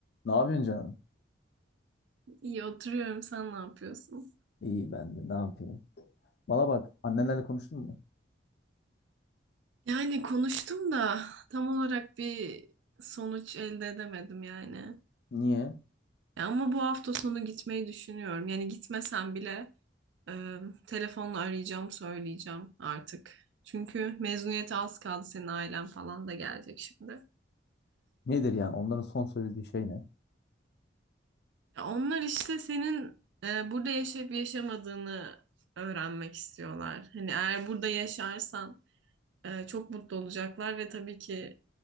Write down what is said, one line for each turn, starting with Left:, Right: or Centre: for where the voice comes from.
Left: Ne yapıyorsun canım?
Right: İyi oturuyorum. Sen ne yapıyorsun?
Left: İyi ben de ne yapayım? Bana bak annenlerle konuştun mu?
Right: Yani konuştum da tam olarak bir sonuç elde edemedim yani.
Left: Niye?
Right: Ya ama bu hafta sonu gitmeyi düşünüyorum. Yani gitmesem bile e, telefonla arayacağım, söyleyeceğim artık. Çünkü mezuniyete az kaldı. Senin ailen falan da gelecek şimdi.
Left: Nedir yani onların son söylediği şey ne?
Right: Ya onlar işte senin e, burada yaşayıp yaşamadığını öğrenmek istiyorlar. Hani eğer burada yaşarsan Ee, çok mutlu olacaklar ve tabii ki